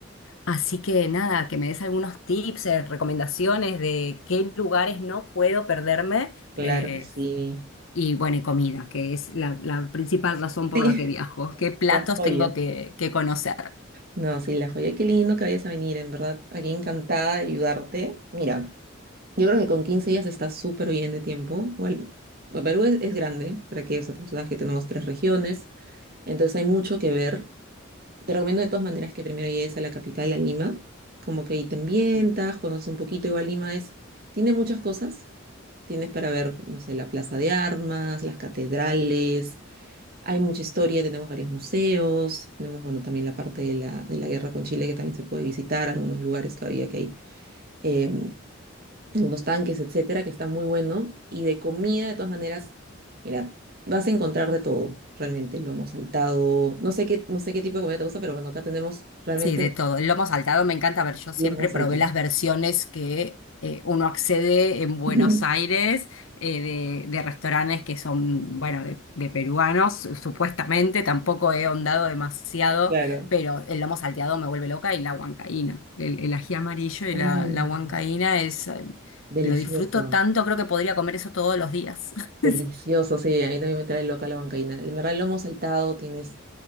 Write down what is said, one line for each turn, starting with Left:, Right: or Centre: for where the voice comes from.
Left: Así que nada, que me des algunos tips, eh, recomendaciones de qué lugares no puedo perderme.
Right: Claro
Left: eh,
Right: que sí.
Left: y bueno, y comida, que es la, la principal razón por
Right: Sí,
Left: la que viajo.
Right: <laughs>
Left: ¿Qué platos
Right: la joya.
Left: tengo que, que conocer?
Right: No, sí, la joya. Qué lindo que vayas a venir, en verdad. Aquí encantada de ayudarte. Mira, yo creo que con 15 días está súper bien de tiempo. Bueno, pues Perú es, es grande, para que, o sea, tú sabes que tenemos tres regiones, entonces hay mucho que ver. Te recomiendo de todas maneras que primero llegues a la capital, a Lima, como que ahí te ambientas, conoces un poquito, igual Lima es, tiene muchas cosas, tienes para ver, no sé, la Plaza de Armas, las catedrales, hay mucha historia, tenemos varios museos, tenemos, bueno, también la parte de la, de la guerra con Chile que también se puede visitar, algunos lugares todavía que hay. em, unos tanques, etcétera, que está muy bueno. Y de comida, de todas maneras, mira, vas a encontrar de todo, realmente, lomo saltado. No sé qué, no sé qué tipo de comida te gusta, pero bueno, acá tenemos realmente
Left: Sí, de todo. El lomo saltado me encanta. A ver, yo siempre
Right: lomo saltado.
Left: probé las versiones que eh, uno accede en Buenos
Right: <laughs>
Left: Aires eh, de, de restaurantes que son, bueno, de, de peruanos, supuestamente. Tampoco he ahondado demasiado,
Right: Claro.
Left: pero el lomo salteado me vuelve loca y la huancaína. El, el ají amarillo y
Right: Uy,
Left: la, la huancaína es, eh,
Right: delicioso,
Left: lo disfruto tanto, creo que podría comer eso todos los días. <laughs>
Right: delicioso. Sí, a mí también me trae loca la huancaína. En verdad, el lomo saltado tienes,